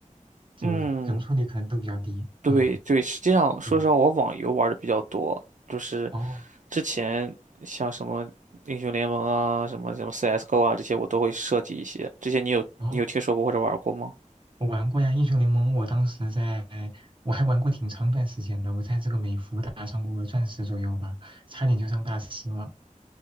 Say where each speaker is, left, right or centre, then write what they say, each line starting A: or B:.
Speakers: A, on the right; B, on the right.
A: 就容错率可能都比较低。
B: 嗯，对对，
A: 啊，
B: 实际上说实话，
A: 对。
B: 我网游玩的比较多，就是
A: 哦，
B: 之前像什么英雄联盟啊、什么什么 CS:GO 啊这些，我都会设计一些。这些你有你有听说过或者玩过吗？
A: 然后我玩过呀，英雄联盟，我当时在，我还玩过挺长一段时间的，我在这个美服打上过钻石左右吧，差点就上大师了。